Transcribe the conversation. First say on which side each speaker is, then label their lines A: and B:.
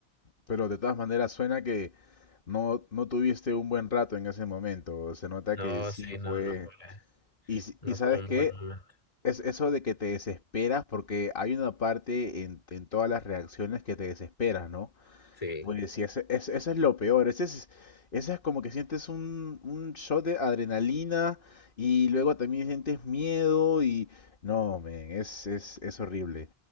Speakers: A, on the left; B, on the left.
A: pero de todas maneras suena que no, no tuviste un buen rato en ese momento. Se nota
B: No,
A: que sí
B: sí, no,
A: fue.
B: no fue,
A: Y, s-
B: no
A: y ¿sabes
B: fue un
A: qué?
B: buen momento.
A: Es eso de que te desesperas porque hay una parte en, en todas las reacciones que te desesperas, ¿no?
B: Sí,
A: Pues sí, ese- ese- eso es lo peor. Ese es, ese es como que sientes un, un shot de adrenalina y luego también sientes miedo y... No, men, es, es, es horrible.